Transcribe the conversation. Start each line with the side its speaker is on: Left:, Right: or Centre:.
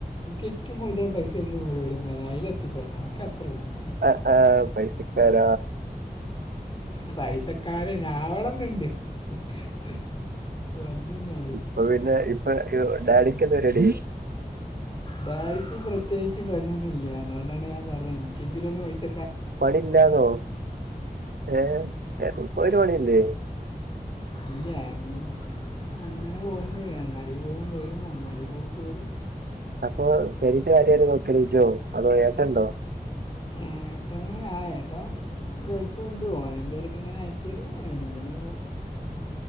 Left: നിക്ക് ഏറ്റവും കൂടുതൽ പൈസ ട്ടുന്ന പരിപാടി എന്താണ് അതിൽ ത്തിപ്പടണ്ണം എനിക്ക് അത്രേയുള്ളൂ
Right: ആഹ് പൈസക്കാര
Left: പൈസക്കാരനാ <unintelligible> വന്ന നാട്
Right: അപ്പൊ പിന്നെ ഇപ്പൊ ഡാഡിക്ക് എന്താ പരിവാടി
Left: ഭാര്യക്ക് പ്രത്യേകിച്ച് പണിയൊന്നു ഇല്ല അതുകൊണ്ടാണ് ഞാൻ പറഞ്ഞ ഇൻക്കെങ്കിലും ഒന്ന് പൈസ
Right: പണിയില്ലാന്നോ ഏ ഒരു ഒരു പണിയില്ലേ
Left: ഇല്ല ഐ മീൻസ് അങ്ങനെ പോക്ണ്ട് അങ്ങാടി പോകും വരും അങ്ങാടി പോകും പോരും
Right: അപ്പൊ പെരിത്തെ കാര്യം നോക്കല് ഇജോ അതോ ഏട്ടണ്ടോ
Left: ഏട്ടന് ആ ഏട്ടം ഗൾഫ്ണ്ട് ഓന് എന്തെങ്കിലും ക്കെങ്ങെനെ അയച് തരും. അയിനോട്ങ്ങനെ പോകും